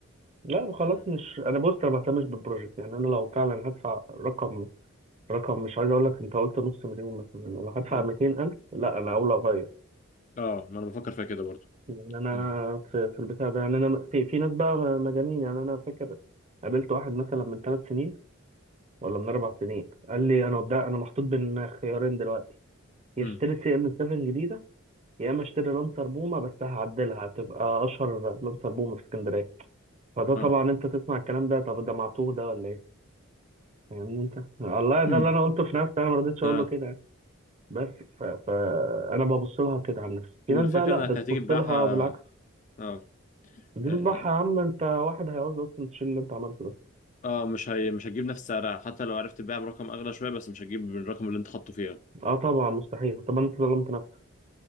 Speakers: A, on the right (about 30°); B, on the left (about 35°).
A: لا خلاص
B: امم
A: مش انا بص انا ما بهتمش بالبروجكت يعني انا لو فعلا هدفع رقم رقم مش عايز اقول لك انت قلت نص مليون مثلا لو هدفع
B: أمم.
A: 200000 لا انا اولى اغير
B: اه ما انا بفكر فيها كده برضو
A: يعني انا
B: امم
A: في في البتاع ده يعني انا في في ناس بقى مجانين يعني انا فاكر قابلت واحد مثلا من ثلاث سنين ولا من اربع سنين قال لي انا قدام انا محطوط بين خيارين دلوقتي يا
B: أمم.
A: اشتري سي ام 7 جديده يا اما اشتري لانسر بومه بس هعدلها هتبقى اشهر لانسر بومه في اسكندريه فده
B: اه
A: طبعا انت تسمع الكلام ده طب ده معتوه ده ولا ايه فاهمني انت والله ده
B: أمم.
A: اللي انا قلته في نفسي انا ما رضيتش
B: اه
A: اقول له كده يعني. بس ف... فانا ببص لها كده عن نفسي في
B: والفكرة
A: ناس بقى لا بتبص
B: انك هتيجي تبيعها
A: لها بالعكس
B: اه
A: تذبح
B: اه
A: يا عم انت واحد هيعوز اصلا تشيل اللي انت عملته ده
B: آه، مش هي... مش هتجيب نفس سعرها حتى لو عرفت تبيعها برقم اغلى شوية بس مش هتجيب بالرقم اللي انت حاطه فيها
A: اه طبعا مستحيل طب انت ظلمت نفسك